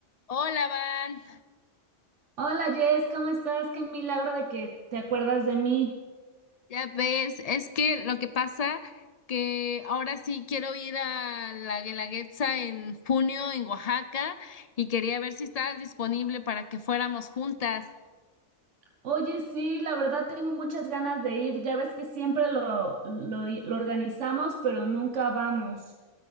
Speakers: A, on the left (about 40°); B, on the right (about 80°).
A: Hola, Van.
B: Hola Jess, ¿cómo estás? Qué milagro de que te acuerdas de mí.
A: Ya ves, es que lo que pasa que ahora sí quiero ir a la Guelaguetza en junio en Oaxaca y quería ver si estabas disponible para que fuéramos juntas.
B: Oye, sí, la verdad tengo muchas ganas de ir. Ya ves que siempre lo, lo, lo organizamos, pero nunca vamos.